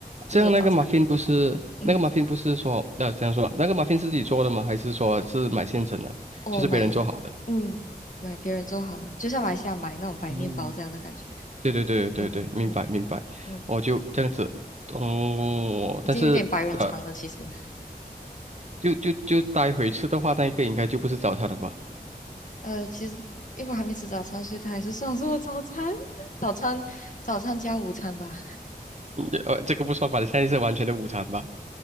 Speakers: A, on the right; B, on the left.
A: 这样那个
B: 这是我早餐。
A: m u 不是那个
B: 嗯，
A: m u 不是说呃这样说那个 m u 是自己做的吗？还是说是买现成的，
B: 我买，
A: 就是别人做好的？
B: 嗯，买别人做好了，就像马来西亚买那种白面包这样的感觉。
A: 嗯，对对对对对，
B: 嗯嗯
A: 明白明白，
B: 嗯，
A: 我就这样子哦，
B: 已经有点白人餐了，
A: 但是呃
B: 其实。
A: 就就就待会吃的话，那一个应该就不是早餐了吧？
B: 呃，其实因为我还没吃早餐，所以它还是算是我早餐，<laughs> 早餐，早餐加午餐吧。
A: 嗯呃，这个不算吧，现在是完全的午餐吧？